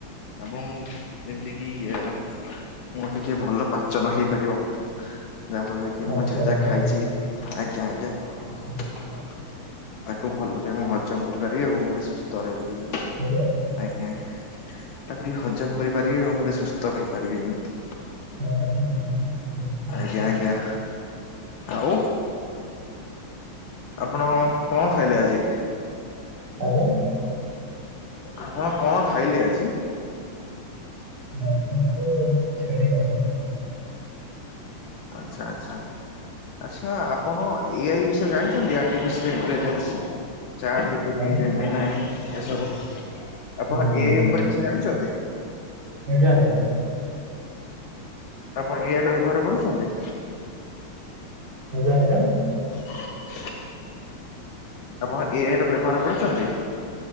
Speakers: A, on the left; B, on the right.
A: ଏବଂ ଯେମିତି କି ଏ ମୋର ଟିକେ ଭଲ ପାଚନ ହେଇପାରିବ। ଯାହାଫଳରେ କି ମୁଁ
B: ଆଚ୍ଛା
A: ଯାହା ଯାହା
B: ଆଚ୍ଛା
A: ଖାଇଚି, ଆଜ୍ଞା ଆଜ୍ଞା।
B: ହୁଁ।
A: ହ <inaudible> ତାକୁ ଭଲରେ ମୁଁ ହଜମ କରିପାରିବି, ଏବଂ ମୁଁ ଟିକେ ସୁସ୍ଥ ରହିପାରିବି।
B: <unintelligible>
A: ଆଜ୍ଞା ତାକୁ ଟିକେ ହଜମ କରିପାରିବି, ଏବଂ ମୁଁ ଟିକେ ସୁସ୍ଥ ରହିପାରିବି ଯେମିତି।
B: ହଁ, ଠିକ୍ ଠିକ୍ ଠିକ୍ ଠିକ୍ ଠିକ୍
A: ଆଜ୍ଞା
B: ଠିକ୍
A: ଆଜ୍ଞା। ଆଉ ଆପଣ କଣ ଖାଇଲେ ଆଜି?
B: ଆଜ୍ଞା।
A: ଆପଣ କଣ ଖାଇଲେ ଆଜି?
B: ମତେ ତ ଛେଳି <unintelligible>
A: ଆଚ୍ଛା ଆଚ୍ଛା। ଆଚ୍ଛା ଆପଣ ଏ ଆଇ ବିଷୟରେ ଜାଣିଚନ୍ତି? ଆର୍ଟିଫିସିଆଲ୍ ଇଣ୍ଟଲିଜେନ୍ସ ଚାଟ ଜିପି ବି ଟି
B: ଆଜ୍ଞା
A: ଇ ଜାଣିନି ନାହିଁ, ଏସବୁ ଆପଣ
B: ଆଜ୍ଞା
A: ଏ
B: ଆଜ୍ଞା
A: ଆଇ ଉପରେ କିଛି ଜାଣିଚନ୍ତି?
B: ଆଜ୍ଞା ଆଜ୍ଞା।
A: ଆପଣ ଏ ଆଇ ର ବ୍ୟବହାର କରୁଛନ୍ତି?
B: ଆଜ୍ଞା ଆଜ୍ଞା।
A: <inaudible> ଆପଣ ଏ ଆଇ ର ବ୍ୟବହାର କରୁଚନ୍ତି?